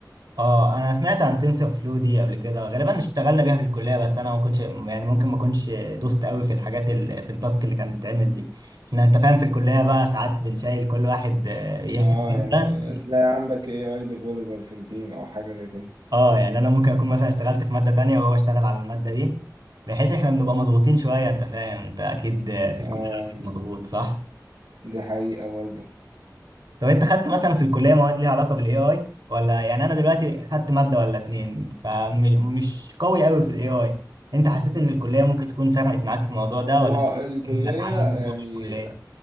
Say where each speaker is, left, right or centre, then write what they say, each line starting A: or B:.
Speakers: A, on the right; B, on the right.
A: اه انا سمعت عن تنسر فلو دي قبل كده غالبا اشتغلنا بيها في الكليه بس انا ما كنتش يعني ممكن ما كنتش دوست قوي في الحاجات ال... في التاسك اللي كانت بتتعمل دي احنا انت فاهم في الكليه بقى ساعات بنشيل كل واحد آه، يمسك
B: اه
A: ماده
B: يعني تلاقي عندك اي اي ديفلوبر في التيم او حاجه زي كده
A: اه يعني انا ممكن اكون مثلا اشتغلت في ماده تانية وهو اشتغل على الماده دي بحيث احنا بنبقى مضغوطين شويه انت فاهم انت اكيد آه، في
B: اه
A: الكليه
B: يعني
A: مضغوط صح
B: دي حقيقه برضه
A: طب انت خدت مثلا في الكليه مواد ليها علاقه بالاي اي ولا يعني انا دلوقتي خدت ماده ولا اتنين فمش قوي قوي في الاي اي انت حسيت ان الكليه ممكن تكون فرقت معاك في الموضوع ده
B: هو
A: ولا
B: الكلية
A: ممكن اتعلمه
B: يعني
A: جوه الكليه